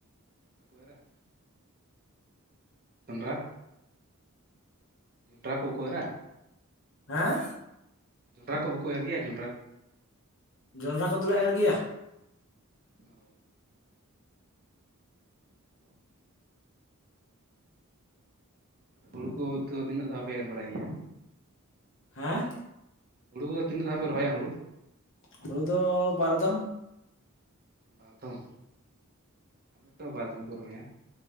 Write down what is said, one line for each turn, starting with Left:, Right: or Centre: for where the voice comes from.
Right: ᱵᱟᱠᱚ ᱮᱨᱟ? ᱡᱚᱸᱰᱨᱟ, ᱡᱚᱸᱰᱨᱟ ᱠᱚ ᱵᱟᱠᱚ ᱮᱨᱟ
Left: ᱦᱮᱸ
Right: ᱡᱚᱸᱰᱨᱟ ᱠᱚ ᱵᱟᱠᱚ ᱮᱨ ᱜᱮᱭᱟ ᱡᱚᱸ
Left: ᱡᱚᱸᱰᱨᱟ ᱠᱚ ᱫᱚ ᱞᱮ ᱮᱨ ᱜᱮᱭᱟ
Right: ᱚᱻ ᱦᱩᱲᱩ ᱠᱚ ᱛᱚ ᱛᱤᱱᱟᱹᱜ ᱫᱷᱟᱣ ᱯᱮ ᱮᱨ ᱵᱟᱲᱟᱭ ᱜᱮᱭᱟ?
Left: ᱦᱮᱸ
Right: ᱦᱩᱲᱩ ᱠᱚᱫᱚ ᱛᱤᱱᱟᱹᱜ ᱫᱷᱟᱣ ᱯᱮ ᱨᱚᱦᱚᱭᱮ ᱦᱩᱲᱩ,
Left: ᱦᱩᱲᱩ ᱫᱚ ᱵᱟᱨ ᱫᱟᱢ,
Right: ᱵᱟᱨ ᱫᱚᱢ ᱟᱞᱮ ᱛᱚ ᱵᱟᱨ ᱫᱷᱚᱢ ᱠᱚ ᱨᱚᱦᱚᱭᱟ,